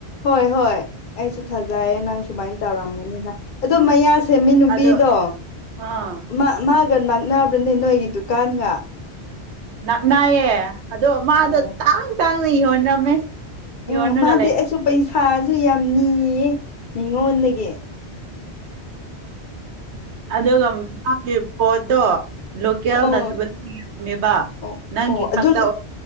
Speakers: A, on the left; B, on the right.
A: ꯍꯣꯏ ꯍꯣꯏ ꯑꯩꯁꯨ ꯊꯥꯖꯩꯑꯌꯦ ꯅꯪ ꯁꯨꯃꯥꯏꯅ ꯇꯧꯔꯝꯒꯅꯤꯅ ꯑꯗꯣ ꯃꯌꯥ ꯁꯦꯟꯃꯤꯟꯅꯄꯤꯗꯣ
B: ꯑꯗꯣ ꯑꯥ
A: ꯃꯥ ꯃꯥꯒ ꯅꯛꯅꯕ꯭ꯔꯅꯦ ꯅꯣꯏꯒꯤ ꯗꯨꯀꯥꯟꯒ
B: ꯅꯛꯅꯥꯏꯌꯦ ꯑꯗꯣ ꯃꯥꯗꯣ
A: ꯑꯣ
B: ꯇꯥꯡ ꯇꯥꯡꯅ ꯌꯣꯟꯔꯝꯃꯦ꯫
A: ꯎꯝ
B: ꯌꯣꯟꯔꯒ
A: ꯃꯥꯗꯤ
B: ꯂꯩ
A: ꯑꯩꯁꯨ ꯄꯩꯁꯥꯁꯨ ꯌꯥꯝ ꯅꯤꯌꯦ ꯃꯤꯉꯣꯟꯗꯒꯤ꯫
B: ꯑꯗꯨꯒ ꯃꯥꯒꯤ ꯄꯣꯠꯇꯣ꯫ ꯂꯣꯀꯦꯜ
A: ꯑꯣ
B: ꯅꯠꯇꯕꯝꯃꯦꯕ
A: ꯑꯣ
B: ꯅꯪꯒꯤ
A: ꯑꯣ
B: ꯈꯛꯇ
A: ꯑꯗꯨꯁꯨ
B: ꯑꯣꯏ